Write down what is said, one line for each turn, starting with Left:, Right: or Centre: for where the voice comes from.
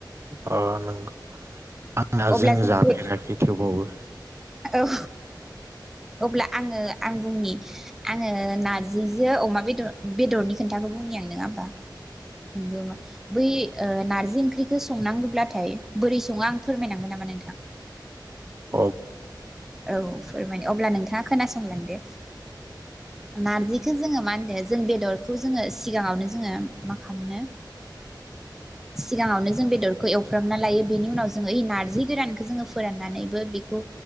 Right: अ नंगौ आंना
Centre: अब्ला
Right: जों
Centre: जोङो
Right: जाफेराखै
Centre: बे
Right: थेवबावबो
Centre: औ अब्ला आङो आं बुंनि आङो नार्जिजों अमा बेदर बेदरनि खोन्थाखौ बुंनि आं नङा होमबा दे होनबा बै नार्जि ओंख्रिखौ संनांगौब्लाथाय बोरै सङो आं फोरमायनांगोन नामा नोंथां
Right: औ
Centre: औ फोरमायनो अब्ला नोंथाङा खोनासंलांदो नारजिखौ जोङो मा होनदों जों बेदरखौ जोङो सिगाङावनो जोङो मा खामनो सिगाङावनो जों बेदरखौ एवफ्रामना लायो बेनि उनाव जोङो ओइ नार्जि गोरानखौ जोङो फोराननानैबो बेखौ